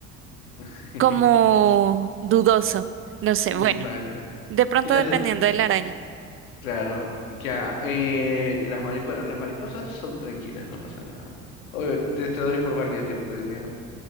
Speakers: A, on the left; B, on the right.
A: <laughs>
B: como dudoso, no sé,
A: Mm,
B: bueno,
A: Vale.
B: de pronto
A: Y las...
B: dependiendo de la araña.
A: Claro, ya. eh, las mari- bueno, las mariposas son tranquilas, no pasa nada. Oye, te, te doy por válido que no te dé miedo.